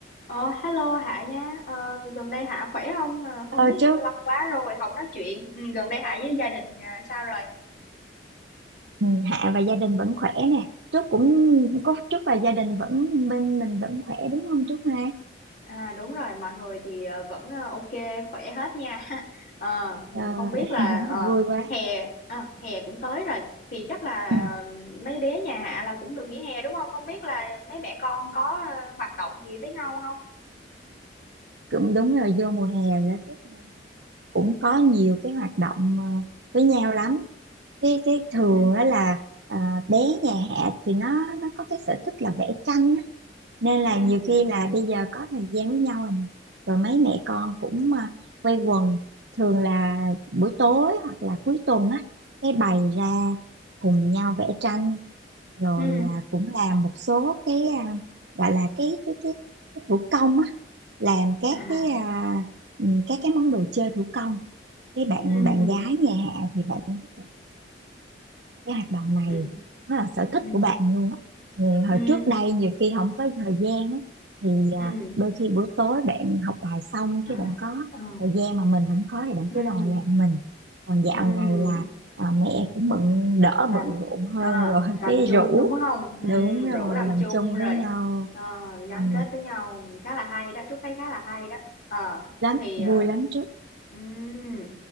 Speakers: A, on the left (about 50°); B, on the right (about 70°).
A: Ờ, hello Hạ nha. Ờ, gần đây Hạ khỏe không? Mà không
B: Ờ,
A: biết
B: chúc
A: lâu quá rồi, không nói chuyện. Ừ, gần đây Hạ với gia đình à, sao rồi?
B: ừ, Hạ và gia đình vẫn khỏe nè. Chúc cũng có chúc và gia đình vẫn bên mình vẫn khỏe đúng không chúc ha?
A: À, đúng rồi, mọi người thì ờ, vẫn ờ, ok, khỏe hết nha. <laughs> Ờ, ừ,
B: Ờ,
A: không biết
B: <laughs>
A: là ờ,
B: vui quá.
A: hè, à, hè cũng tới rồi. Thì chắc là
B: Ừ,
A: ờ, mấy bé nhà Hạ là cũng được nghỉ hè đúng không? Không biết là mấy mẹ con có ờ, hoạt động gì với nhau không?
B: cũng đúng rồi vô mùa hè rồi đó Trúc nên là cũng có nhiều cái hoạt động ờ, với nhau lắm. Cái cái thường
A: Ừ,
B: đó là ờ, bé nhà Hạ thì nó nó có cái sở thích là vẽ tranh á. nên
A: ừ,
B: là nhiều khi là bây giờ có thời gian với nhau rồi nè rồi mấy mẹ con cũng à, quây quần thường là buổi tối hoặc là cuối tuần á cái bày ra cùng nhau vẽ tranh rồi
A: ừ,
B: à, cũng làm một số cái à, gọi là cái cái cái, cái thủ công á làm các
A: à,
B: cái à, ừ, các cái món đồ chơi thủ công cái bạn
A: ừ,
B: bạn gái nhà Hạ thì bạn cũng rất là cái hoạt động này
A: ừ,
B: nó là sở thích
A: ừ,
B: của bạn luôn á ừ,
A: ừ,
B: hồi trước đây nhiều khi không có thời gian á thì
A: ừ,
B: à, đôi khi buổi tối bạn học bài xong
A: à.
B: cái bạn có
A: Ờ.
B: thời gian mà mình không có thì bạn
A: ừ
B: cứ đòi làm mình còn dạo
A: ừ
B: này là à, mẹ cũng bận đỡ
A: làm
B: bận rộn hơn
A: à,
B: rồi <laughs>
A: làm
B: cái
A: chung
B: rủ
A: đúng không ừ,
B: đúng
A: rủ
B: rồi
A: làm
B: làm
A: chung
B: chung
A: rồi
B: với nhau
A: ờ, gắn
B: ừ,
A: kết với nhau khá là hay đó Trúc thấy khá là hay đó Ờ,
B: lắm
A: thì
B: vui
A: ờ,
B: lắm trúc.
A: ừm,
B: Ừ.